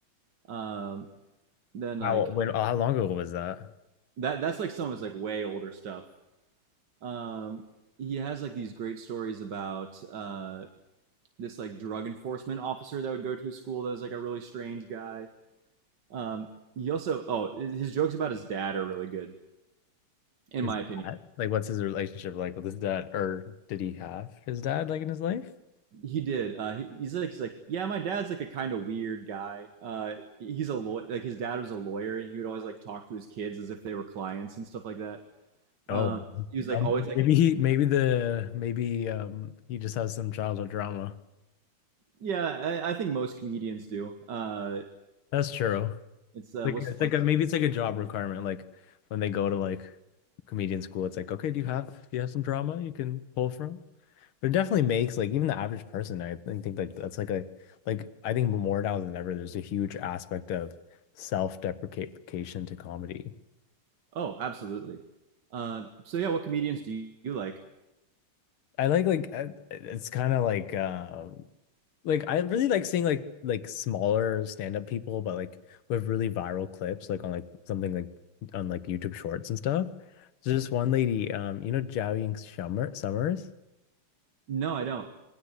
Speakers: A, on the right; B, on the left.
A: Um, then like
B: How when how long ago was that?
A: that that's like some of his like way older stuff. Um, he has like these great stories about uh, this like drug enforcement officer that would go to his school that was like a really strange guy. Um, he also oh his jokes about his dad are really good in
B: His
A: my opinion.
B: dad? Like, what's his relationship like with his dad? Or did he have his dad like in his life?
A: He did. Uh, he, he's like he's like yeah, my dad's like a kind of weird guy. Uh, he's a lawyer. Like his dad was a lawyer. He would always like talk to his kids as if they were clients and stuff like that.
B: Oh,
A: Um, he was like
B: um,
A: always like
B: maybe he, maybe the, maybe um, he just has some childhood drama.
A: yeah. I, I think most comedians do. Uh,
B: That's true.
A: it's uh,
B: Like,
A: what's
B: it's
A: the one
B: like a, maybe it's like a job requirement. Like, when they go to like comedian school, it's like, okay, do you have, do you have some drama you can pull from? But it definitely makes like even the average person, I think, think like that's like a, like I think more now than ever, there's a huge aspect of self-deprecation to comedy.
A: Oh, absolutely. Uh, so yeah, what comedians do you, you like?
B: I like like I- it's kind of like um like I really like seeing like like smaller stand-up people but like with really viral clips like on like something like on like YouTube Shorts and stuff. There's this one lady um you know Zhao Ying Summer Summers.
A: No, I don't.